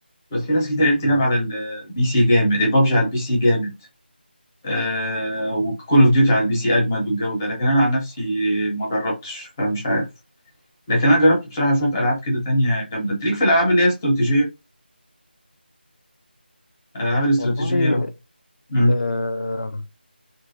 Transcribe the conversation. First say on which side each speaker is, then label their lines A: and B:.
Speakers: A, on the left; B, on the left.
A: بس في ناس كتير قالت
B: أوكي.
A: لي لعب على البي سي جامد بابجي على البي سي جامد آه وكول اوف ديوتي على البي سي اجمد والجوده لكن انا عن نفسي ما جربتش فمش عارف لكن انا جربت بصراحه شويه العاب كده تانية جامده تليك في الالعاب اللي هي استراتيجيه الالعاب الاستراتيجيه
B: والله
A: امم
B: آه